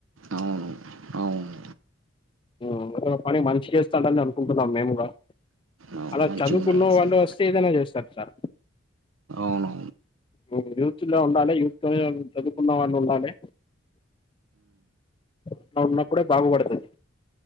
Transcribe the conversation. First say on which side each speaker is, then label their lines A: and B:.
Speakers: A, on the right; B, on the left.
A: అవును అవును
B: ఊ అతను పని మంచి జేస్తాండని అనుకుంటున్నాం మేము గుడా
A: అవును
B: అలా
A: మంచిగున్నాయి
B: చదువుకున్న
A: సార్
B: వాళ్ళు వస్తే ఏదైనా జేస్తరు సార్
A: అవునా
B: ఉ యూత్ లో ఉండాలి యూత్ లో చదువుకున్న వాళ్లుండాలి అట్లా ఉన్నప్పుడే బాగుబడతది